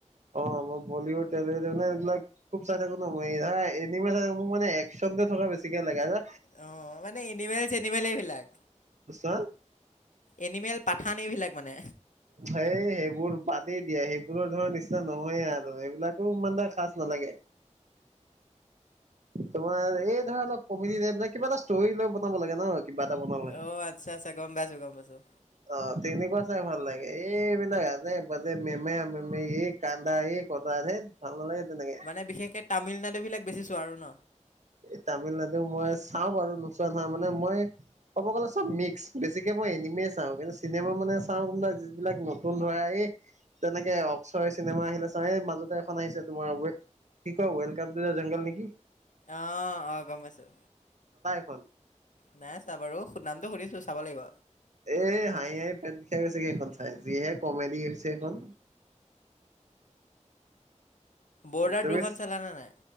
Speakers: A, on the right; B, on the left.
A: অ মই বলিউডে <unintelligible> এইবিলাক খুব চাই থাকো ন মই। <unintelligible> এনিমে চাই থাকো মানে একচন থকা বেছিকে লাগে না?
B: অ, মানে এনিমেল-চেনিমেল এইবিলাক।
A: চোৱা
B: এনিমেল পাঠান এইবিলাক মানে।
A: সেই সেইবোৰ বাদেই দিয়া। সেইবোৰৰ ধৰা নিচিনা নহয়ে আৰু সেইবিলাকো ইমান এটা খাছ ন লাগে। তোমাৰ এই ধৰা অলপ কমেডি টাইপ <unintelligible> কিবা এটা ষ্টৰি লৈ বনাব লাগে ন? কিবা এটা বনাব লাগে।
B: অ' আচ্ছা আচ্ছা গম পাইছোঁ গম পাইছোঁ
A: অ। তেনেকুৱা চাই ভাল লাগে। এইবিলাক আজে-বাজে মেমেৰা-মেমেৰি এই কান্দা এই কটা ধেৎ ভাল নালাগে। তেনেকে।
B: মানে বিশেষকে তামিলনাডুবিলাক বেছি চোৱা আৰু ন?
A: এহ তামিলনাডু মই চাওঁ বাৰু, নোচোৱা নহয়। মানে মই ক'ব গ'লে চব মিক্স। বেছিকে মই এনিমেই চাওঁ। কিন্তু চিনেমা মানে চাওঁ কোনবিলাক যিবিলাক নতুন ধৰা এই তেনেকে অকচৰে চিনেমা আহিলে চাও। এ মাজতে এখন আহিছে তোমাৰ ৱে কি কয় ৱেলকাম টু দা জংগল নেকি?
B: অ, অ গম পাইছোঁ।
A: ফান
B: নাই চোৱা বাৰু সু- নামটো সুধিছোঁ চাব লাগিব
A: এ হাঁহি হাঁহি পেট বিষাই গৈছেগে সেইখন এ যিহে কমেডি হৈছে সেইখন।
B: বৰ্ডাৰ
A: তুমি
B: দুখন চলানে নাই?